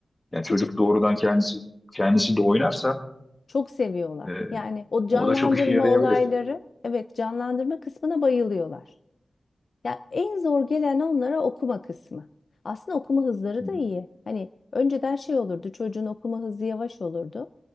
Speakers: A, on the left; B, on the left.
A: Yani
B: Çünkü
A: çocuk doğrudan kendisi kendisi de oynarsa
B: Çok seviyorlar.
A: e,
B: Yani o canlandırma
A: O da çok işe yarayabilir.
B: olayları, evet canlandırma kısmına bayılıyorlar. Ya en zor gelen onlara okuma kısmı. Aslında okuma hızları
A: Hı hı.
B: da iyi. Hani önceden şey olurdu, çocuğun okuma hızı yavaş olurdu.